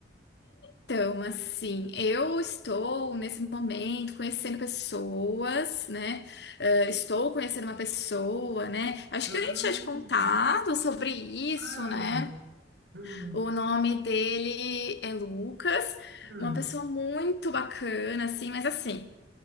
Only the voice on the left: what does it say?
Então, assim, eu estou nesse momento conhecendo pessoas, né? Eh, estou conhecendo uma pessoa, né? Acho
que eu nem tinha te contado sobre isso,
né?
O nome dele é Lucas,
uma pessoa muito bacana, assim, mas assim.